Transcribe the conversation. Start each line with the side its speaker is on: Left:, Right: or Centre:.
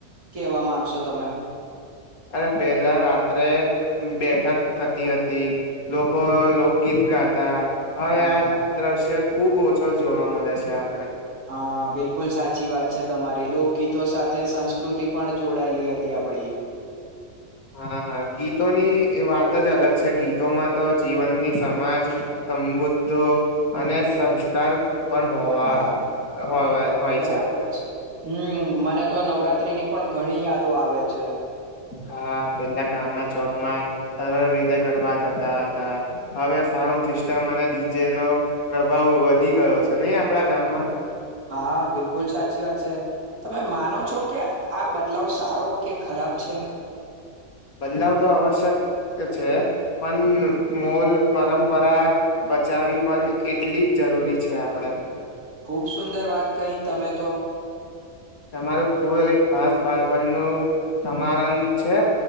Right: કેવા માંગશો તમે.
Left: અરે પેલા રાત્રે બેઠક થતી હતી લોકો લોકગીત ગાતા હવે
Right: હા
Left: આ દ્રશ્ય ખુબ ઓછો જોવા મળે છે આ
Right: હા બિલકુલ સા સાચી વાત છે તમારી લોકગીતો સાથે સંસ્કૃતિ પણ જોડાયેલી હતી આપડી.
Left: હા ગીતોની વાત જ અલગ છે ગીતોમાં તો જીવનની સમાજ સમબુદ્ધો અને સંસ્કાર પણ હોવા
Right: હા
Left: હોવા હોય
Right: બરાબર છે હમ્મ મને તો નવરાત્રીની પણ ઘણી યાદો આવે છે.
Left: હા પેલા ગામના ચોકમાં સરળ રીતે ગરબા થતા હતા હવે સાઉન્ડ સિસ્ટમ અને ડીજે નો પ્રભાવ વધી ગયો છે નહી આપડા ગામમાં.
Right: હા બિલકુલ સાચી વાત છે તમે માનો છો કે આ બદલાવ સારો કે ખરાબ છે.
Left: બદલાવ તો આવશ્યક છે પણ મોલ પરંપરા બચાવવી પણ એટલી જ જરૂરી છે આપણેે.
Right: ખુબ સુંદર વાત કહી તમે તો.
Left: તમારું કોઈ ખાસ બાળપણ નું સમારન છે